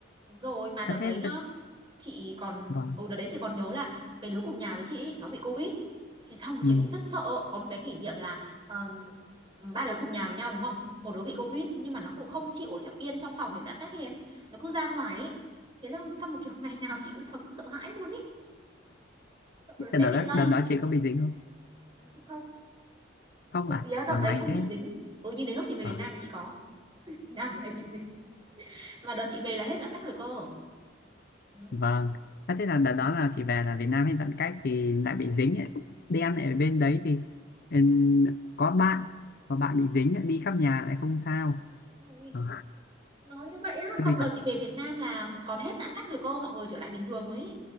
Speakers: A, on the right; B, on the left.
A: Đúng rồi mà đợt
B: à,
A: đấy
B: thế
A: nhá
B: đợt-
A: chị còn
B: vâng
A: ừ đợt đấy chị còn nhớ là cái đứa cùng nhà với chị ấy, nó bị covid thế xong rồi
B: ừ.
A: chị cũng rất sợ có một cái kỷ niệm là ờm, ba đứa cùng nhà với nhau đúng không một đứa bị covid nhưng mà nó cũng không chịu ở trong- yên trong phòng để giãn cách ấy em nó cứ ra ngoài ấy thế là xong rồi kiểu <laughs> ngày nào chị cũng sống sợ hãi luôn ấy sợ là sẽ
B: Thế đợt
A: bị
B: đó
A: lây
B: đợt đó chị có bị dính không
A: Ừ, chị không
B: không
A: trộm
B: à
A: vía đợt
B: ở may
A: đấy không
B: thế
A: bị dính ừ nhưng đến lúc chị về
B: Ờ,
A: Việt Nam thì chị có Việt Nam thì lại bị dính mà đợt chị về là hết giãn cách rồi cơ ừ,
B: vâng à, thế là đợt đó là chị về là Việt Nam hay tận cách thì lại bị dính ấy. đi ăn ở bên đấy thì ừm, có bạn có bạn bị dính ấy, đi khắp nhà lại không sao
A: đúng rồi
B: Ờ,
A: nó như vậy
B: <laughs>
A: á
B: xui
A: xong đợt
B: thật
A: chị về Việt Nam là còn hết giãn cách rồi cô mọi người trở lại bình thường rồi ý.